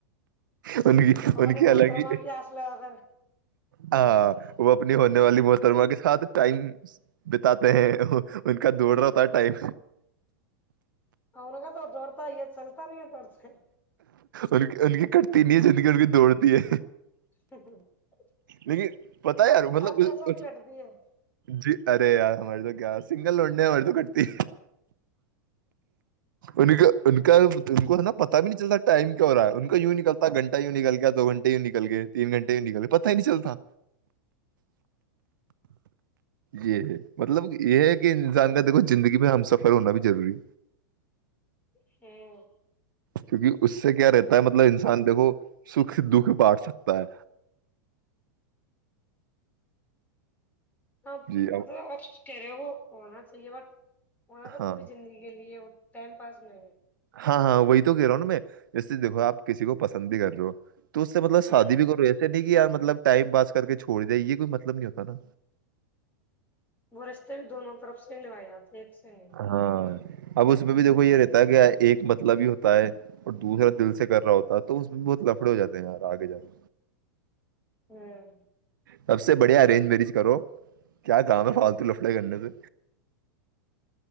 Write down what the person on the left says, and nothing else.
ا اپ
نے
متر
مگی آس ل آغ
ان کا تو دوورتاا یہ چلتا ت توتے ہیں
<inaudible>
آپ
آپ جیسا بھی کٹ دیے ہوں
ہاں
ہاں
م کہہ رہے ہو وہ ہونا چاہیے بٹ وہاں تو
پوری زندگی کے لیے ٹم پاس نہیں ہے
ہوں
وہ رشتے بھی دونوں طرف سے نھائے جاتے ہیں یکس ہیں
ہوں